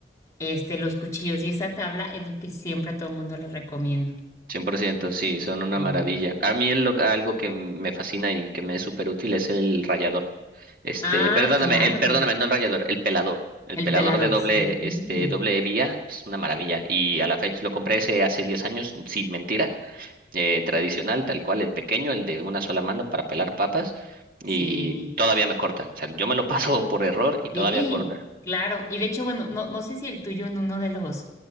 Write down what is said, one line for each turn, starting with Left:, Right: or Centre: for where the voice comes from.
Left: este, los cuchillos y esa tabla es lo que siempre a todo el mundo les recomiendo.
Right: 100%, sí, son una
Left: Sí.
Right: maravilla. A mí el lo- algo que me fascina y que me es súper útil es el rallador. Este,
Left: Ah,
Right: perdóname,
Left: claro,
Right: el, perdóname, no el rallador, el pelador. El
Left: el
Right: pelador
Left: pelador,
Right: de doble,
Left: sí,
Right: este, doble vía es una maravilla. Y a la fecha lo compré ese hace 10 años, sin mentira, eh, tradicional, tal cual, el pequeño, el de una sola mano para pelar papas. Y
Left: sí,
Right: todavía me corta. O sea, yo me lo <laughs> paso por error y todavía
Left: sí, y,
Right: corta.
Left: claro, y de hecho, bueno, no, no sé si el tuyo en uno de los,